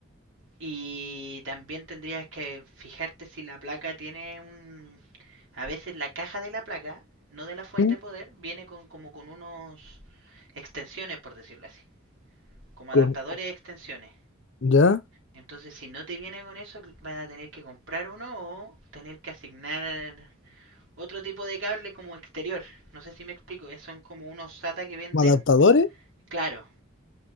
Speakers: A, on the right; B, on the left.
A: Y también tendrías que fijarte si la placa tiene un... A veces la caja de la placa, no de la fuente
B: ¿Mm?
A: de poder, viene con como con unos extensiones, por decirlo así. Como
B: ¿Con,
A: adaptadores
B: con-
A: de extensiones.
B: ya?
A: Entonces si no te viene con eso, vas a tener que comprar uno o tener que asignar otro tipo de cable como exterior. No sé si me explico. eh, Son como unos SATA que venden,
B: ¿Como adaptadores?
A: claro,